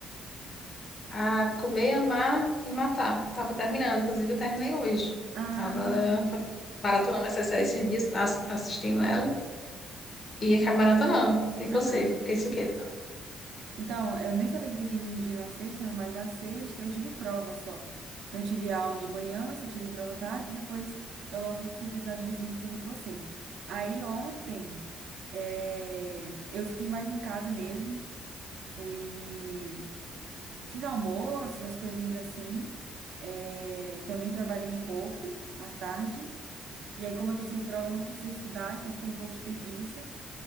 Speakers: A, on the left; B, on the right.
A: A comer, amar e matar. Tava terminando, inclusive eu terminei hoje.
B: Ah,
A: Tava faz- maratonando essa série esses dias, ass- assistindo ela. E acabei maratonando. E você?
B: aham.
A: Fez o quê?
B: Então, eu nem falei que eu fiz no dia na sexta, né? Mas na sexta eu tive prova só. Não tive aula de manhã, só tive prova à tarde. Depois eu logo fui pisar de vizinho que eu falei com você. Aí ontem eh, eu fiquei mais em casa mesmo. Fui. Fiz almoço, essas coisinhas assim. Eh, também trabalhei um pouco à tarde. E aí, como eu tô sem prova, eu não precisei estudar, então fiquei um pouco de preguiça.